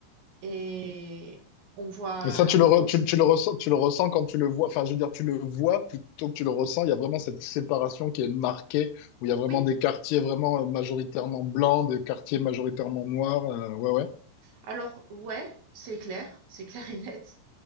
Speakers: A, on the right (about 50°); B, on the left (about 75°).
A: et on voit
B: Et ça, tu
A: on
B: le,
A: f
B: re-
A: on s
B: tu, tu le ressens, tu le ressens quand tu le vois. Enfin, je veux dire, tu le vois plutôt que tu le ressens. Il y a vraiment cette séparation qui est marquée, où il y a vraiment
A: oui,
B: des quartiers vraiment euh, majoritairement blancs, des quartiers majoritairement noirs. euh, ouais, ouais.
A: alors ouais, c'est clair, c'est clair et net.